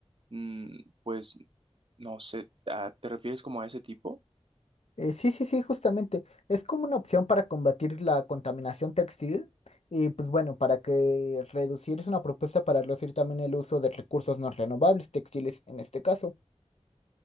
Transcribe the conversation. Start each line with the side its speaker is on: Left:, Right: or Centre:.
Right: mm, pues, no sé, ¿a- ¿te refieres como a ese tipo?
Left: Eh, sí, sí, sí, justamente. Es como una opción para combatir la contaminación textil y pues bueno, para que reducir es una propuesta para reducir también el uso de recursos no renovables, textiles en este caso.